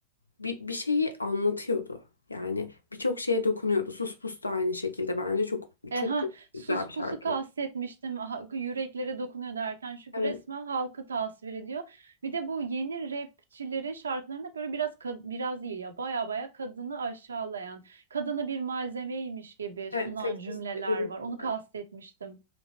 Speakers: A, on the left; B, on the right.
A: bir, bir şeyi anlatıyordu. Yani birçok şeye dokunuyordu. Sus Pus da aynı şekilde bence çok
B: E,
A: çok
B: ha,
A: çok
B: sus
A: güzel
B: pusu
A: bir şarkıydı.
B: kastetmiştim ha- yüreklere dokunuyor derken çünkü
A: Evet,
B: resmen halkı tasvir ediyor. Bir de bu yeni rapçilerin şarkılarında böyle biraz kad- biraz değil ya baya baya kadını aşağılayan, kadını bir malzemeymiş gibi sunan
A: evet seksist
B: cümleler
A: bir duruş
B: var. Onu
A: var.
B: kastetmiştim.